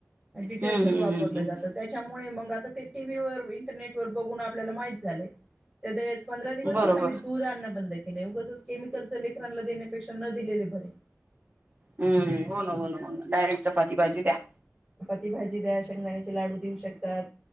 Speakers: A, on the right (about 20°); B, on the right (about 35°).
A: डिटर्जंट
B: हम्म हम्म
A: वापरलं
B: हम्म हम्म
A: जातं त्याच्यामुळे मग आता ते टी व्ही व इंटरनेटवर बघून आपल्याला माहित झालाय त ते. पंधरा दिवसां
B: बरोबर
A: आम्ही दूध आणणं बंद केलं उगं ज केमिकलच लेकरांना देण्यापेक्षा न दिलेले बरे.
B: हम्म हो ना हो ना हो ना डायरेक्ट च पाजी भाजी द्या.
A: ती भाजी द्या शेंगदाण्याचे लाडू देऊ शकतात